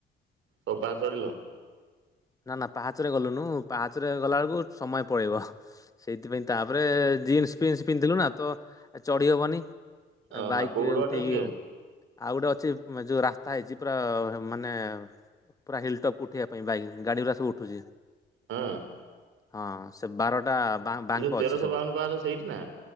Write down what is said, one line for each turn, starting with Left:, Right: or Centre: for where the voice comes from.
Right: ସବୁ ପାହାଚ ଚଢିଲ?
Left: ନା ନା ପାହାଚ ରେ ଗଲୁନୁ ପାହାଚ ରେ ଗଲାବେଳକୁ ସମୟ ପଳେଇବ। ସେଇଥିପାଇଁ ତାପରେ ଜିନ୍ସୂ ଫିନ୍ସୂ ପିନ୍ଧିଲୁଣୁ ଆଉ ତ ଚଢି ହବନି।
Right: ଓହୋ
Left: ବାଇକି
Right: ଆଉ କୋଉ ଗୋଟେ
Left: ରେ ଉଠେଇକି
Right: ବାଟ ଅଛି କି ଆଉ
Left: ଆଉ ଗୋଟେ ଅଛି ଯୋଉ ରାସ୍ତା ହେଇଚି ପୁରା ମାନେ ପୁରା ହିଲ୍ଟପ୍ ଉଠେଇବା ପାଇଁ ବାଇକ୍। ଗାଡି ଗୁରା ସବୁ ଉଠୁଚି।
Right: ହଁ।
Left: ହଁ ସେ ବାରଟା ବା
Right: ଏଇ
Left: ବାଙ୍କ
Right: ଯୋଉ ତେରଶହ
Left: ଅଛି ସବୁ
Right: ବାଉନ ପାହାଚ ସେଇଠି ନା